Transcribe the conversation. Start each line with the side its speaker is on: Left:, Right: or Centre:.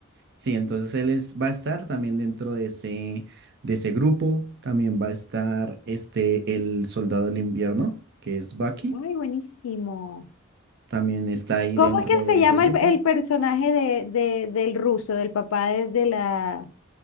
Right: sí, entonces él es- va a estar también dentro de ese, de ese grupo, también va a estar este, el soldado del invierno, que es Bucky,
Left: Ay, buenísimo.
Right: también está ahí
Left: ¿Cómo
Right: dentro
Left: es que
Right: de
Left: se
Right: ese
Left: llama
Right: grupo.
Left: el, el personaje de, de- del ruso, del papá de, de la...